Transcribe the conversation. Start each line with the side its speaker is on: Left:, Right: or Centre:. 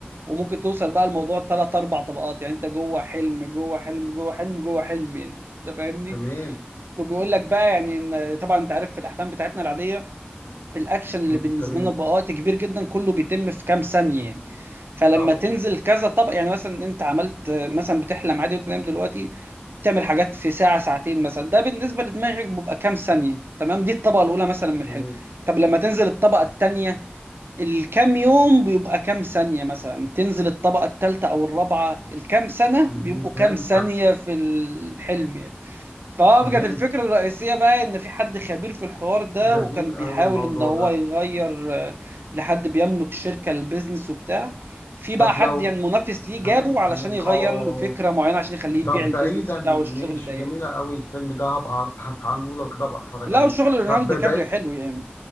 Right: وممكن توصل بقى الموضوع ثلاث اربع طبقات يعني انت جوه حلم جوه حلم جوه حلم جوه حلم يعني انت فاهمني
Left: تمام
Right: وبيقول لك بقى يعني ان طبعا انت عارف في الاحلام بتاعتنا العاديه الاكشن اللي
Left: <laughs>
Right: بالنسبه
Left: تمام
Right: لنا بقى وقت كبير جدا كله بيتم في كام ثانيه يعني فلما
Left: اه
Right: تنزل كذا طبق يعني مثلا انت عملت مثلا بتحلم عادي وانت نايم دلوقتي بتعمل حاجات في ساعه ساعتين مثلا ده بالنسبه لدماغك بيبقى كام ثانيه تمام دي الطبقه الاولى مثلا من الحلم
Left: تمام
Right: طب لما تنزل الطبقه الثانيه الكام يوم بيبقى كام ثانية مثلا تنزل الطبقة الثالثة أو الرابعة الكام سنة
Left: مم،
Right: بيبقوا كام
Left: فهمتك
Right: ثانية في الحلم يعني فكانت
Left: تمام
Right: الفكرة الرئيسية بقى إن في حد خبير في الحوار ده
Left: جميل
Right: وكان بيحاول
Left: أوي الموضوع
Right: إن هو
Left: ده
Right: يغير آه، لحد بيملك شركة البيزنس وبتاع في بقى
Left: طب
Right: حد
Left: لو
Right: يعني منافس ليه
Left: تمام
Right: جابه علشان
Left: تمام
Right: يغير
Left: اه اه
Right: له فكرة
Left: اه
Right: معينة عشان يخليه يبيع
Left: طب
Right: البيزنس
Left: بعيدا
Right: بتاعه والشغل
Left: ماشي
Right: ده يعني.
Left: جميلة أوي الفيلم ده هبقى أبحث عنه لو كده أبقى أتفرج
Right: لا
Left: عليه
Right: وشغل ليوناردو
Left: طب بعيد
Right: دي كابريو حلو يعني